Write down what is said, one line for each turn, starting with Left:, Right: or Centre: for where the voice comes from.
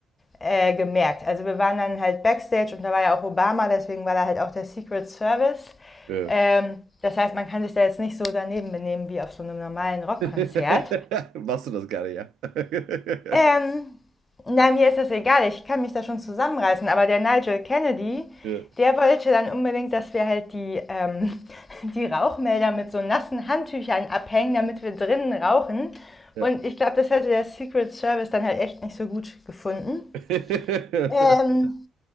Left: äh, gemerkt. Also wir waren dann halt backstage und da war ja auch Obama, deswegen war da halt auch der Secret Service.
Right: Ja.
Left: Ähm, das heißt, man kann sich da jetzt nicht so daneben benehmen wie auf so einem normalen
Right: <laughs>
Left: Rockkonzert.
Right: Machst du das gerne, ja? <laughs>
Left: Ähm, na, mir ist das egal, ich kann mich da schon zusammenreißen, aber der Nigel Kennedy,
Right: Ja,
Left: der wollte dann unbedingt, dass wir halt die, ähm, <laughs> die Rauchmelder mit so nassen Handtüchern abhängen, damit wir drinnen rauchen.
Right: ja.
Left: Und ich glaube, das hätte der Secret Service dann halt echt nicht so gut gefunden.
Right: <laughs>
Left: Ähm,